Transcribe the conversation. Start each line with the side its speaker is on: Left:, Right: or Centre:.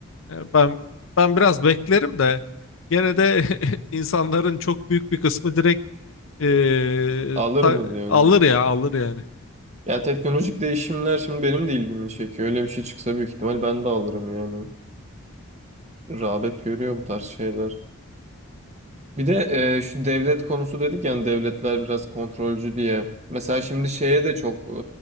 Left: e, ben ben biraz beklerim de gene de <laughs> insanların çok büyük bir kısmı direkt e,
Right: Alır
Left: ta-
Right: mı diyorsun?
Left: alır
Right: yani.
Left: ya alır yani.
Right: Ya teknolojik değişimler şimdi benim de ilgimi çekiyor. Öyle bir şey çıksa büyük ihtimal ben de alırım yani. Rağbet görüyor bu tarz şeyler. Bir de e, şu devlet konusu dedik yani devletler biraz kontrolcü diye. Mesela şimdi şeye de çok